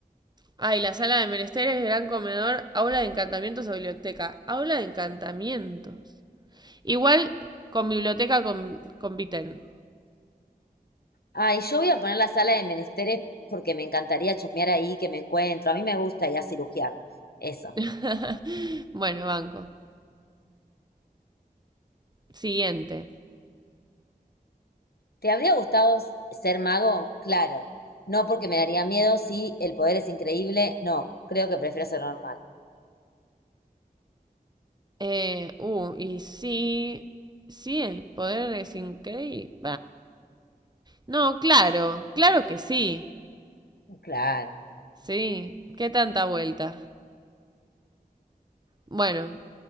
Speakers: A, on the right; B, on the left.
A: Ay, la sala de menesteres, gran comedor, aula de encantamientos o biblioteca. Aula de encantamientos. Igual con biblioteca con, compiten.
B: Ah, y yo voy a poner la sala de menesteres porque me encantaría chusmear ahí, que me encuentro. A mí me gusta ya a cirugiar. Eso.
A: <laughs> bueno, banco. Siguiente.
B: ¿Te habría gustado ser mago? Claro. No porque me daría miedo si el poder es increíble. No, creo que prefiero ser normal.
A: Eh, uh, y sí, sí, el poder es increíble. No, claro, claro que sí.
B: Claro.
A: Sí, qué tanta vuelta. Bueno,